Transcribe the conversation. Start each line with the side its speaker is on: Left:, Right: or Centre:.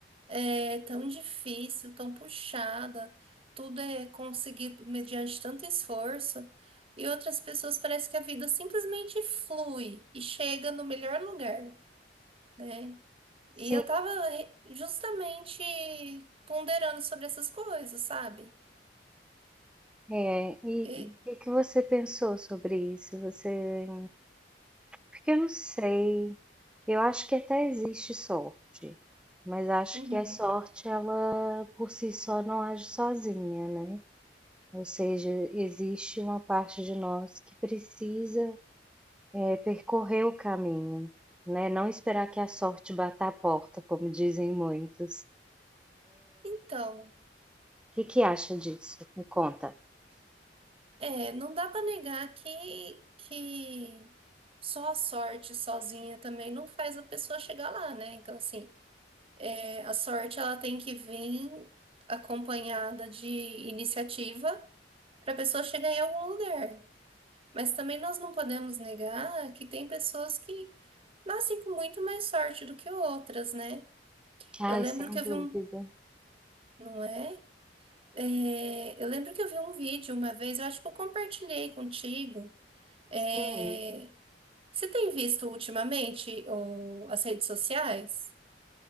Right: é, tão difícil, tão puxada, tudo é conseguido mediante tanto esforço, e outras pessoas parece que a vida simplesmente flui e chega no melhor lugar. né?
Centre: Sim,
Right: E eu tava re- justamente ponderando sobre essas coisas, sabe?
Centre: é. E
Right: E-
Centre: e o que que você pensou sobre isso? Você Porque eu não sei, eu acho que até existe sorte, mas acho
Right: uhum.
Centre: que a sorte ela por si só não age sozinha, né? Ou seja, existe uma parte de nós que precisa é, percorrer o caminho, né? Não esperar que a sorte bata a porta, como dizem muitos. O
Right: Então,
Centre: que que acha disso? Me conta.
Right: é, não dá pra negar que, que só a sorte sozinha também não faz a pessoa chegar lá, né? Então, assim, é, a sorte ela tem que vir acompanhada de iniciativa para a pessoa chegar em algum lugar. Mas também nós não podemos negar que tem pessoas que nascem com muito mais sorte do que outras, né?
Centre: Ai,
Right: Eu lembro
Centre: sem
Right: que eu
Centre: dúvida.
Right: vi um. Não é? É, eu lembro que eu vi um vídeo uma vez, eu acho que eu compartilhei contigo. É,
Centre: Sim.
Right: você tem visto ultimamente o- as redes sociais?